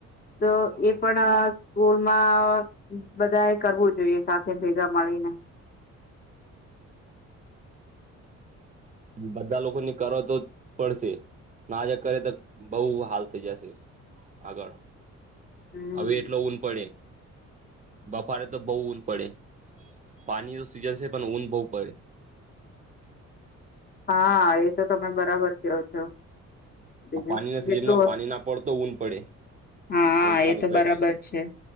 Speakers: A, on the left; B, on the right.
A: તો
B: હા હા.
A: એ પણ સ્કૂલમાં બધા એ કરવું જોઈએ સાથે ભેગા મળીને.
B: બધા લોકોને કર તો પડશે નાજ કરે તો બઉ હાલ થઈ જશે આગળ
A: હમ
B: અવે એટલો ઊન પડે બફારે તો બઉ ઊન પડે. પાની <unintelligible> સીઝન છે પણ ઊન બઉ પડે.
A: આ એ તો તમે બરાબર કયો છો. બીજું
B: આ પાણીના
A: <unintelligible>
B: સિઝનમાં પાણી ના પડતો ઊન પડે
A: હા
B: એવું ચાલુ
A: એ તો
B: થઈ
A: બરાબર
B: ગયું
A: છે.